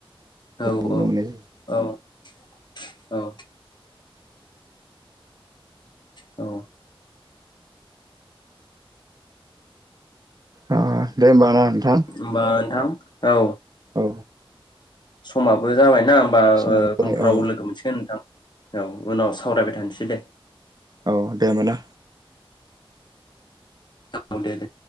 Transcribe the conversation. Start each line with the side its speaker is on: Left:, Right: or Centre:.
Left: औ
Right: नुनो मोननाय जायो
Left: औ औ औ औ
Right: ओ दे होमबा ना नोंथां
Left: होमबा नोंथां औ
Right: औ
Left: समाबो जाबाय ना होमबा
Right: समाबो
Left: ओ
Right: जाबाय
Left: उनफोराव
Right: औ
Left: लोगो मोनसिगोन नोंथां औ उनाव सावरायबाय थानोसै दे
Right: औ दे होमबा ना
Left: औ दे दे